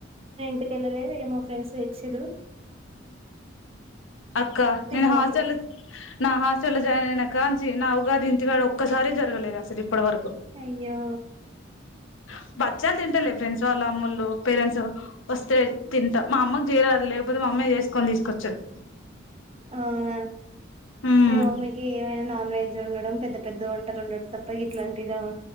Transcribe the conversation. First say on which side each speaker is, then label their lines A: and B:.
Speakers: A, on the right; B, on the left.
A: ఇంటి కెల్ల లేదు ఏమో ఫ్రెండ్స్ తెచ్చెరు
B: అక్క
A: తిన్నాం
B: నేన్ హాస్టల్
A: అప్పుడు
B: నా హాస్ట్ స జాయిన్ అయినా కానించి నా ఉగాది ఇంటికాడ ఒక్కసారి జరగలేదు అసలు ఇప్పటి వరకు
A: అయ్యో
B: హ బచ్చాలు తింటలే ఫ్రెండ్స్ వాళ్ళ అమ్మాల్లు పేరెంట్స్ వస్తే తింటా మా అమ్మకు చేయరాదు లేకపోతే మా అమ్మాయి చేసుకొని తీస్కోచ్చిర్
A: అవునా
B: ఉమ్
A: మీ మమ్మీకి ఏమైనా నాన్ వెజ్ వండడం పెద్ద పెద్ద వంటలు వండడం తప్ప ఇట్లాంటివి రావ